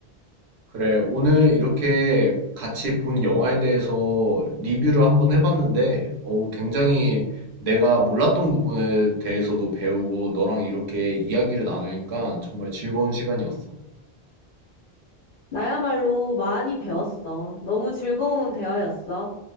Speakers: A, on the right; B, on the left.
A: 그래, 오늘 이렇게 같이 본 영화에 대해서 리뷰를 한번 해봤는데 어, 굉장히 내가 몰랐던 부분에 대해서도 배우고 너랑 이렇게 이야기를 나누니까 정말 즐거운 시간이었어.
B: 나야말로 많이 배웠어. 너무 즐거운 대화였어.